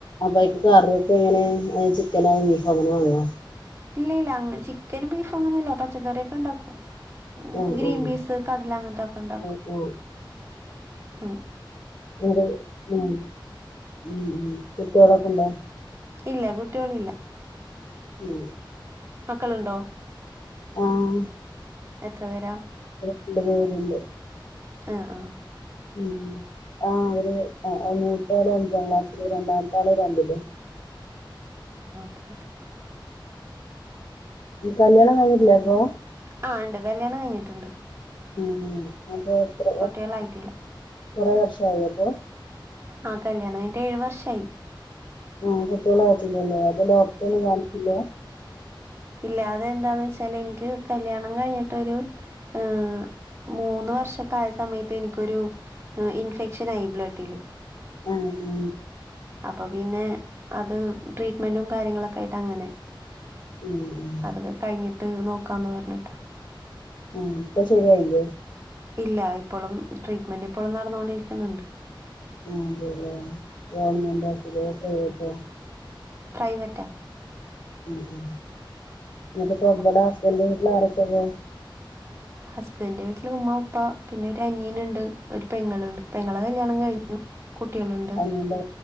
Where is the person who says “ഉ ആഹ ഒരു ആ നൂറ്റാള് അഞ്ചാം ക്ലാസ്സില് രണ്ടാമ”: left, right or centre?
Left